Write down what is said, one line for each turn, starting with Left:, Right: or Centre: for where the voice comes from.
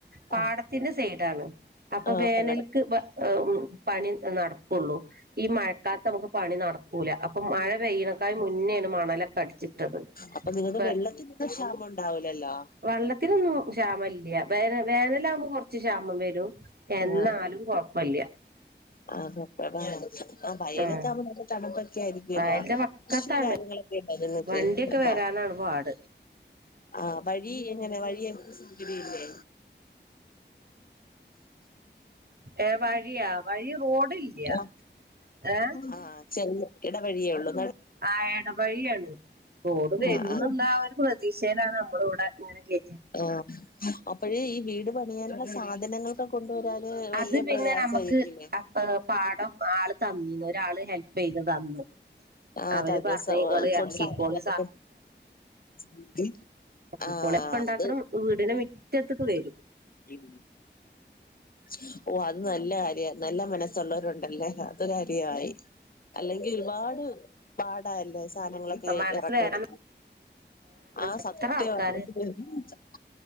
Right: പാടത്തിന്റെ
Left: ആ
Right: സൈഡാണ് അപ്പൊ
Left: ആ
Right: വേനൽക്ക്
Left: പാടം
Right: വ ഏഹ് ഉം പണി ഹ് നടക്കുള്ളൂ ഈ മഴക്കാലത്ത് നമുക്ക് പണി നടക്കൂല അപ്പൊ മഴ പെയ്യണക്കാഴ് മുന്നേണ് മണലക്കടിച്ച് ട്ടത്
Left: അപ്പൊ നിങ്ങക്ക്
Right: പ്പ
Left: വെള്ളത്തിനൊന്നും ക്ഷാമം ഉണ്ടാവൂലല്ലോ
Right: വള്ളത്തിനൊന്നു ക്ഷാമ ല്ല്യ വേന വേനലാവ്മ്പോ കൊറച്ച് ക്ഷാമം വരും എന്നാലും
Left: ആ
Right: കൊഴപ്പല്ല്യ
Left: ആ തൊട്ടതാ ആ വയലൊക്ക
Right: ഉം
Left: ആവ്മ്പോ നല്ല തണുപ്പ ക്കെ ആയിരിക്കുല്ലോ
Right: വയലിന്റെ വക്കത്താണ്
Left: കൃഷി കാര്യങ്ങളൊക്കെണ്ടോ നിങ്ങൾക്ക്
Right: വണ്ടിയൊക്കെ
Left: അപ്പ
Right: വരാനാണ് പാട്
Left: ആ വഴി എങ്ങനെ വഴിയൊക്കെ സൗകര്യല്ലേ
Right: ഏ വഴി വഴിയാ റോഡില്ല
Left: ആ
Right: ഏ
Left: ആ ചെറിയ ഇടവഴിയേ ഉള്ളു
Right: ആ എടവഴിയാണ് റോഡ് വരുംന്ന്ള്ള
Left: ആഹ് ആഹ്
Right: ആ ഒരു പ്രതീക്ഷേലാണ് മ്മള് വടെ ഇങ്ങനെ കേ
Left: ആ അപ്പഴേ ഈ വീട് പണിയാന്ള്ള സാധനങ്ങളൊക്ക കൊ ണ്ട് വരാന് വല്ല്യ
Right: അത് പിന്നെ
Left: പ്രയാസയിരിക്കില്ലേ
Right: നമുക്ക് അപ്പ പാടം ആള് തന്നീന്ന് ഒരാള് ഹെൽപ് ചെയ്ത് തന്ന്
Left: ആ
Right: അവര്
Left: തലസം
Right: പറഞ്ഞ് ഇങ്ങള്
Left: കൊ
Right: എറക്കിക്കോളി
Left: സാനങ്ങളൊക്ക കൊ <unintelligible>
Right: <unintelligible>
Left: ആഹ്
Right: കൊളേ പ്പണ്ടാക്കണം
Left: അത്
Right: വീടിന് മിറ്റത്ത്ക്ക് വരും
Left: ഉം <unintelligible> ഓ അത് നല്ല കാര്യ. നല്ല മനസ്സുള്ളോരുണ്ടല്ലേ അതു കാര്യായി അല്ലെങ്കി ഒരുപാട് പാടാല്ലേ സ് സാനങ്ങളൊക്കെ
Right: മനസ്സ്
Left: എറക്കണെങ്കി
Right: വേദന
Left: ആ
Right: എത്ര
Left: സത്യവാ
Right: ആൾക്കാര്
Left: <unintelligible>